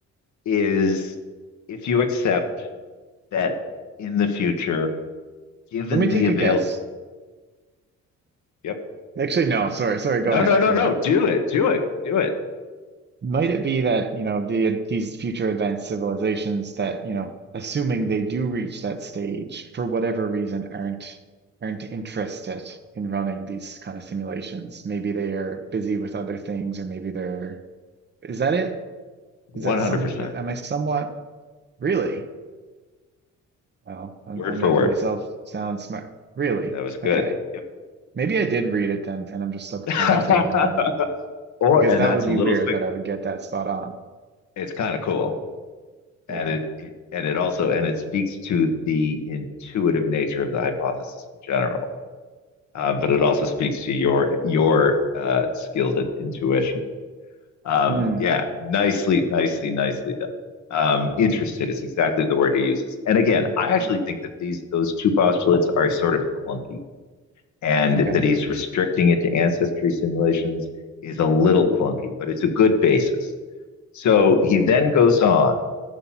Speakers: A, on the left; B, on the right.
A: is if you accept that in the future, given
B: Let me
A: the
B: take
A: avail.
B: a guess.
A: Yep.
B: Actually, no. Sorry, sorry. Go
A: No,
B: ahead.
A: no, no,
B: Go
A: no.
B: ahead.
A: Do it. Do it. Do it.
B: Might it be that, you know, the these future advanced civilizations that, you know, assuming they do reach that stage, for whatever reason, aren't aren't interested in running these kind of simulations? Maybe they are busy with other things, or maybe they're, is that it?
A: 100%.
B: Is that some, am I somewhat, really? Well, I'm,
A: Word
B: I'm
A: for
B: making
A: word.
B: myself sound smart. Really?
A: That was good.
B: Okay.
A: Yep.
B: Maybe I did read it then, and I'm just subconsciously
A: <laughs> <laughs>
B: remembering it
A: or
B: because
A: and
B: that
A: that's
B: would be
A: a little
B: weird that I would get that spot on.
A: it's kind of cool. And
B: Yeah.
A: it, it and it also and it speaks to the intuitive nature of the hypothesis in general. Uh, but it also speaks to your your uh, skills at intuition. Um,
B: Hmm.
A: yeah, nicely, nicely, nicely done. Um, interested
B: Hmm, thank you.
A: is exactly the word he uses. And again, I actually
B: Hmm.
A: think that these those two postulates are sort of clunky and
B: Okay.
A: that he's restricting it to ancestry simulations is a little
B: Well,
A: clunky, but it's a good basis. So
B: well,
A: he then goes on.